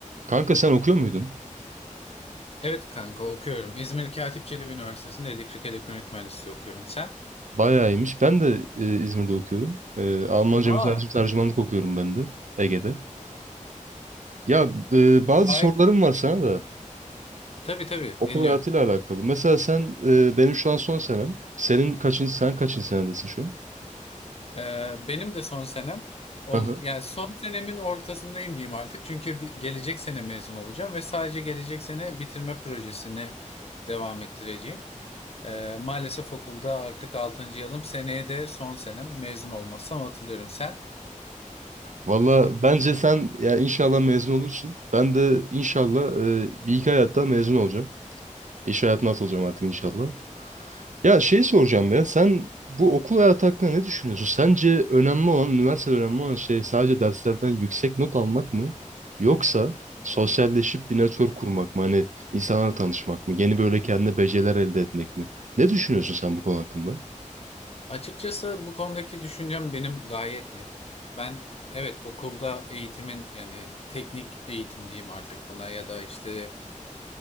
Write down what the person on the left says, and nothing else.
Evet kanka okuyorum. İzmir Katip Çelebi Üniversitesi'nde elektrik elektronik mühendisliği okuyorum. Sen?
Aa
Hayır.
Tabii tabii
dinliyorum.
Ee, benim de son senem ol,
yani son senemin ortasındayım diyeyim artık. Çünkü bir- gelecek sene mezun olacağım ve sadece gelecek sene bitirme projesini devam ettireceğim. Ee, maalesef okulda artık altıncı yılım. Seneye de son senem mezun olmazsam atılıyorum. Sen?
Açıkçası bu konudaki düşüncem benim gayet net. Ben evet okulda eğitimin yani teknik eğitim diyeyim artık buna ya da işte